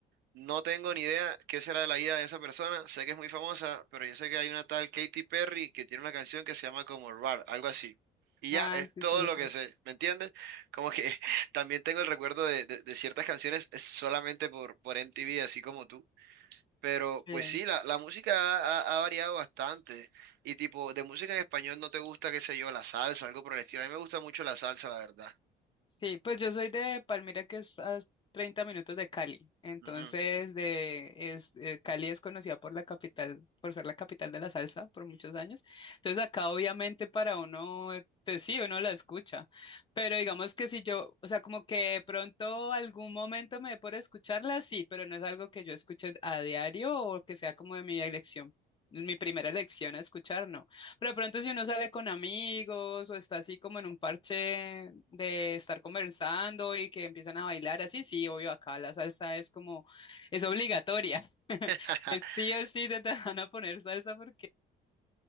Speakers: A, on the right (about 75°); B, on the left (about 30°).
A: no tengo ni idea qué será de la vida de esa persona. Sé que es muy famosa, pero yo sé que hay una tal Katy Perry que tiene una canción que se llama como Rar, algo así. Y
B: Ah,
A: ya, es
B: sí,
A: todo
B: sí, la
A: lo
B: conozco.
A: que sé, ¿me entiendes? Como que <laughs> también tengo el recuerdo de, de- de ciertas canciones solamente por, por MTV, así como tú. Pero
B: Sí.
A: pues sí, la, la música ha, ha- ha variado bastante. Y tipo, de música en español no te gusta, qué sé yo, la salsa, algo por el estilo. A mí me gusta mucho la salsa, la verdad.
B: Sí, pues yo soy de Palmira, que es a 30 minutos de Cali. Entonces,
A: Ujú.
B: de, es, eh, Cali es conocida por la capital, por ser la capital de la salsa por muchos años. Entonces, acá obviamente para uno, eh, pues sí, uno la escucha. Pero digamos que si yo, o sea, como que de pronto algún momento me dé por escucharla, sí, pero no es algo que yo escuche a diario o que sea como de mi elección, mi primera elección a escuchar, no. Pero de pronto si uno sale con amigos o está así como en un parche de estar conversando y que empiezan a bailar así, sí, obvio, acá la salsa es como, es obligatoria. <laughs>
A: <laughs>
B: Es sí o sí te, te van a poner salsa porque